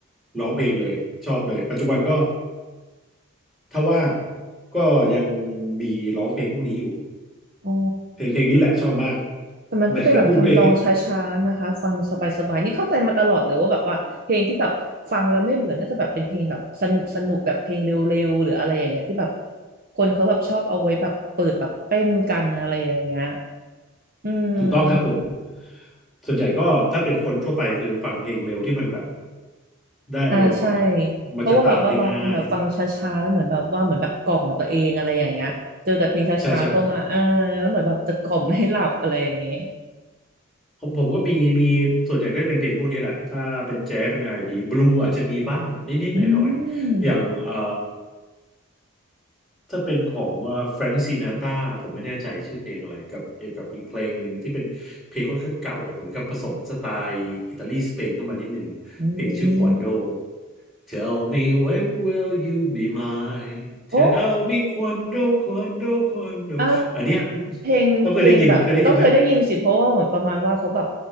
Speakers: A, in the centre; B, on the right.
A: ร้องเพลงเลยชอบเลยปัจจุบันก็ถ้าว่างก็ยังมีร้องเพลงพวกนี้อยู่
B: โอ้
A: เพลงเพลงนี้แหละชอบมาก
B: แต่มันก็เป็นแบบทำนองช้าๆนะคะฟังสบายๆนี่เข้าใจมาตลอดเลยว่าแบบว่าเพลงที่แบบฟังแล้วไม่เบื่อน่าจะแบบเป็นเพลงแบบสนุกสนุกแบบเพลงเร็วๆหรืออะไรอย่างเงี้ยที่แบบ
A: ไมเคิลบูเบ
B: คนเขาแบบชอบเอาไว้แบบเปิดแบบเต้นกันอะไรอย่างเงี้ย อืม
A: ถูกต้องครับผมส่วนใหญ่ก็ถ้าเป็นคนทั่วไปคือฟังเพลงเร็วที่มันแบบ ได้อารมณ์หน่อย
B: อ่าใช่
A: มันจะตามได้ง่าย
B: เพราะว่าแบบว่าบางคนแบบฟังช้าๆแล้วเหมือนแบบว่าเหมือนแบบกล่อมตัวเองอะไรอย่างเงี้ยเจอแต่เพลงช้าๆเข้ามาอ่าแล้วเหมือนแบบจะกล่อมให้หลับอะไรอย่างเงี้ย
A: ใช่ใช่ใช่ผมผมก็มีมีส่วนใหญ่ก็จะเป็นเพลงพวกนี้แหละ ถ้าเป็นแจ๊สเป็นไอนด์บีบลูอาจจะมีบ้างนิดๆหน่อยๆ
B: อืม
A: อย่างเอ่อถ้าเป็นของแฟรง k ์ซินาตาผมไม่แน่ใจชื่อเพลงอะไรกับเอกับอีกเพลงหนึ่งที่เป็นเพลงค่อนข้างเก่าเหมือนกับผสมสไตล์อิตาลีสเปนเข้ามานิดหนึ่งเพลงชื่อควันโด
B: อืม
A: Tell me when will you be mine? Tell
B: โอ้
A: me quando, quando, quando.
B: อ่ะ
A: อันเนี้ย
B: เพลงเพลงแบบต้องเคยได้ยินสิเพราะว่าเหมือนประมาณว่าเขาแบบ
A: ต้องเคยได้ยินเคยได้ยินไหม